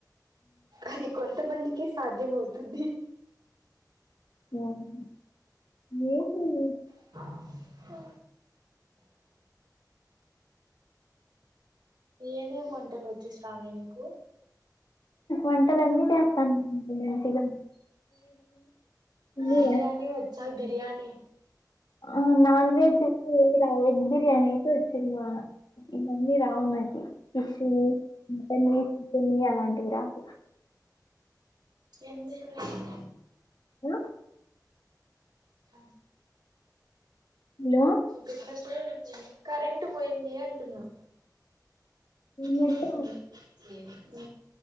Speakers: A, on the right; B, on the left.
A: అది కొంతమందికి సాధ్యమవుతుంది
B: వామ్మో ఏంటిది
A: <unintelligible> ఏమేమి వంటలు వచ్చు శ్రావణి నీకు
B: వంటలు అన్నీ చేస్తాను మంచిగా అన్ని
A: బిర్యానీ
B: చేస్తా
A: వచ్చా బిర్యానీ
B: ఆ నాన్ వెజ్ ఇలా వెజ్ బిర్యానీ వచ్చిందివా ఇవన్నీ రావు నాకు ఫిష్ లు మటన్ న్ని అలాంటివి రావు
A: ఎందుకు రావు
B: ఆ
A: చా
B: హలో
A: పెట్టినప్పుడే వెళ్ళిపోయింది కరెంట్ పోయింది అంటున్నా
B: నెట్
A: ఏం చేసింది చెప్పు